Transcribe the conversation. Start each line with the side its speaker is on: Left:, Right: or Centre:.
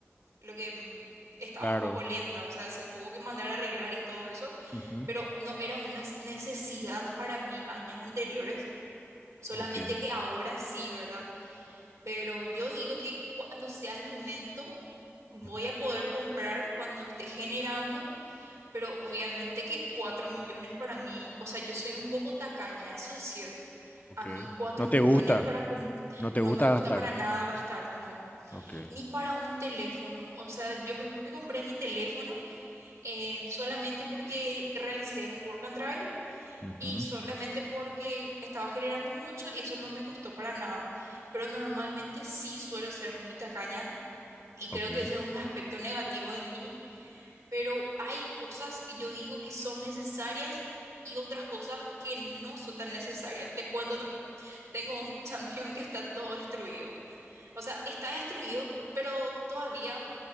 Right: lo que mm, estaba
Left: Claro.
Right: un poco lenta, o sea, se tuvo que mandar a arreglar y todo eso,
Left: Ujú.
Right: pero no era una s- necesidad para mí años anteriores. Solamente
Left: Ok.
Right: que ahora sí, ¿verdad? Pero yo digo que cuando sea el momento voy
Left: Ujú.
Right: a poder comprar cuando esté generando, pero obviamente que 4 millones para mí, o sea, yo soy un poco tacaña, eso es cierto.
Left: Ok.
Right: A mí 4
Left: No
Right: millones
Left: te gusta,
Right: para com-
Left: no
Right: no
Left: te gusta
Right: me gusta
Left: gastar.
Right: para nada gastar, no,
Left: Ok.
Right: ni para un teléfono. O sea, yo me me compré mi teléfono eh, solamente porque realicé un work and travel
Left: Ujú.
Right: y solamente porque estaba generando mucho y eso no me costó para nada. Pero normalmente sí suelo ser muy tacaña y creo
Left: Ok.
Right: que ese es un aspecto negativo de mí, pero hay cosas que yo digo que son necesarias y otras cosas que no son tan necesarias. Te cuento también, tengo un <laughs> champión que está todo destruido. O sea, está destruido, pero todavía